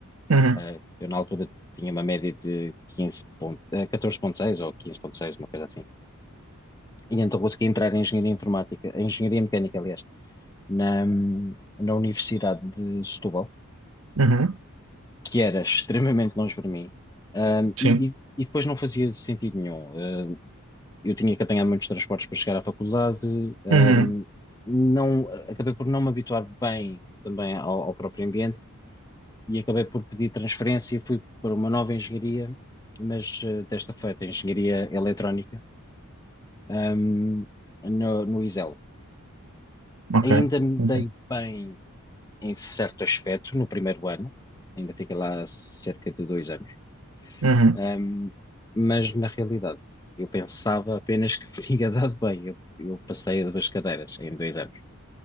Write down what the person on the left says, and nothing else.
Ah, eu, na altura, tinha uma média de 15 ponto, eh, catorze vírgula seis ou quinze vírgula seis uma coisa assim. E então consegui entrar em engenharia informática, em engenharia mecânica, aliás, na, na Universidade de Setúbal
que era extremamente longe para mim, ahm,
e, e- e depois não fazia sentido nenhum. Ahm, eu tinha que apanhar muitos transportes para chegar à faculdade, ahm,
não, acabei por não me habituar bem também ao, ao próprio ambiente e acabei por pedir transferência, fui para uma nova engenharia, mas eh, desta feita, engenharia eletrónica, ahm, no, no ISEL.
Ainda me
dei bem em certo aspecto no primeiro ano, ainda fiquei lá cerca de dois anos.
Ahm, mas na realidade, eu pensava apenas que <laughs> tinha dado bem. Eu, eu passei a duas cadeiras em dois anos,